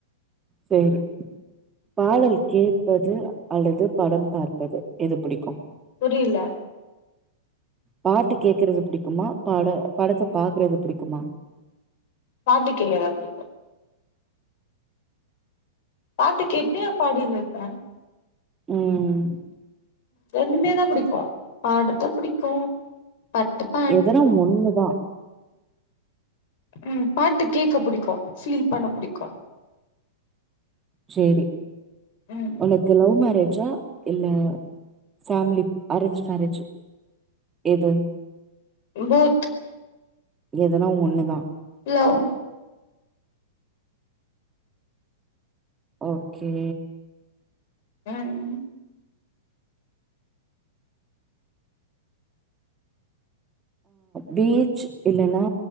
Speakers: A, on the right (about 15°); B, on the left (about 50°).
A: செரி பாடல் கேட்பது அல்லது படம் பார்ப்பது எது பிடிக்கு
B: புரியல
A: பாட்டு கேக்குறது புடிக்குமா பாடோ படத்த பாக்குறது புடிக்குமா
B: பாட்டு கேக்குறே அப்டி பாட்டு கேப்பே பாடின் இருப்பே
A: ம்
B: ரெண்டுமே தா புடிக்கு பாட்றது புடிக்கு பாட்டுப்
A: எதுனா ஒன்னுதா
B: ம் பாட்டு கேக்க புடிக்கு பீல் பண்ண புடிக்கு
A: சேரி
B: ம்
A: ஒனக் க்கு லவ் மேரேஜா இல்ல பேமிலி அரேஞ்ச் மேரேஜ் எது
B: விபூத்
A: எதுனா ஒன்னு தா
B: லவ்
A: ஓகே
B: ம்
A: பீச் இல்லன்னா